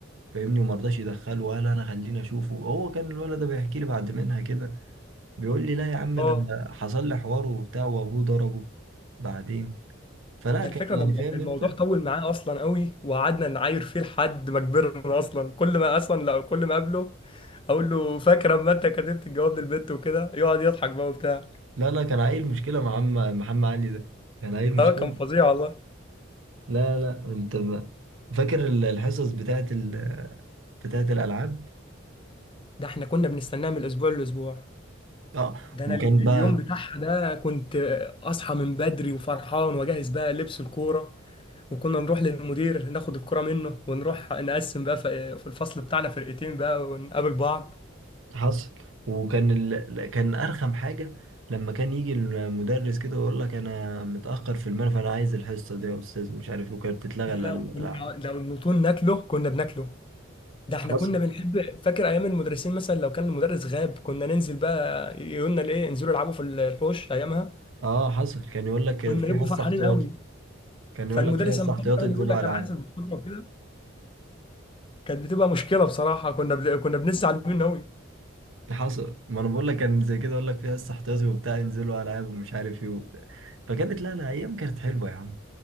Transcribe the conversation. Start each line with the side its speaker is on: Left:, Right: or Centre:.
Right: فاهمني وما رضاش يدخله وقال انا خليني اشوفه هو كان الولد ده بيحكي لي بعد منها كده بيقول لي لا يا عم
Left: اه
Right: ده حصل لي حوار وبتاع وابوه ضربه بعدين فلا
Left: ده
Right: كان
Left: الفكره
Right: يعني
Left: ده المو-
Right: فاهم
Left: الموضوع
Right: انت
Left: طول معاه اصلا قوي وقعدنا نعاير فيه لحد ما كبرنا اصلا كل ما اصلا لا كل ما اقابله اقول له فاكر اما انت كتبت الجواب للبنت وكده يقعد يضحك بقى وبتاع
Right: لا لا كان عيل مشكلة مع عم محمد علي ده كان عيل مشكلة
Left: اه كان فظيع والله
Right: لا لا انت بقى فاكر ال- الحصص بتاعت ال... بتاعت الألعاب
Left: ده احنا كنا بنستناه من الاسبوع للاسبوع
Right: اه
Left: ده انا
Right: وكان
Left: ال-
Right: بقى
Left: اليوم بتاعها ده كنت اصحى من بدري وفرحان واجهز بقى لبس الكوره وكنا نروح للمدير ناخد الكوره منه ونروح نقسم بقى ف- في الفصل بتاعنا فرقتين بقى ونقابل بعض
Right: حصل وكان ال... كان أرخم حاجة لما كان يجي المدرس كده ويقول لك أنا متأخر في المنهج فأنا عايز الحصة دي يا أستاذ مش عارف إيه وكانت بتتلغى
Left: يا
Right: ال-
Left: لا
Right: الألعاب
Left: كنا لو النطول ناكله كنا بناكله ده احنا
Right: حصل
Left: كنا بنحب فاكر ايام المدرسين مثلا لو كان المدرس غاب كنا ننزل بقى يقولنا الايه انزلوا العبوا في الحوش ايامها
Right: اه حصل كان يقول لك
Left: كنا
Right: في
Left: نبقوا
Right: حصة
Left: فرحانين
Right: احتياطي
Left: قوي
Right: كان
Left: فالمدرس
Right: يقول لك في حصة
Left: لما
Right: احتياطي
Left: كان يقعد
Right: انزلوا
Left: يقول لك
Right: ألعاب
Left: انا عايز البطوله وكده كانت بتبقى مشكله بصراحه كنا بل... كنا بنزعل منه قوي
Right: حصل ما انا بقول لك كان زي كده اقول لك فيها لسه احتياطي وبتاع ينزلوا العاب ومش عارف ايه وبتاع. فكانت لا لا ايام كانت حلوه يا عم